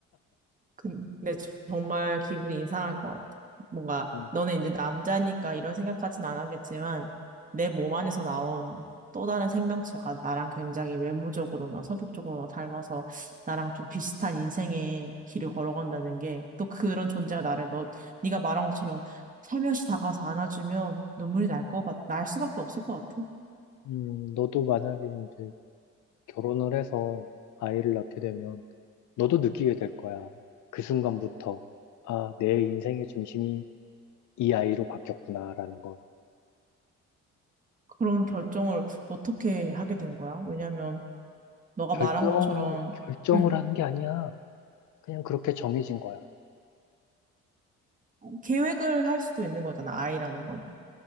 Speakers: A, on the right; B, on the left.
A: 근데 정말 기분이 이상할 것 같아. 뭔가
B: 어.
A: 너는 이제 남자니까 이런 생각까지는 안 하겠지만 내 몸 안에서 나온 또 다른 생명체가 나랑 굉장히 외모적으로나 성격적으로나 닮아서 나랑 좀 비슷한 인생의 길을 걸어간다는 게 또 그런 존재가 나를 너 네가 말한 것처럼 살며시 다가와서 안아주면 눈물이 날 거 같, 날 수밖에 없을 것 같아.
B: 음, 너도 만약에 이제 결혼을 해서 아이를 낳게 되면, 너도 느끼게 될 거야. 그 순간부터. 아, 내 인생의 중심이 이 아이로 바뀌었구나라는 걸.
A: 그런 결정을 어떻게 하게 된 거야? 왜냐면 너가
B: 결정,
A: 말한 것처럼
B: 결정을
A: 음,
B: 하는 게 아니야. 그냥 그렇게 정해진 거야.
A: 계획을 할 수도 있는 거잖아, 아이라는 건.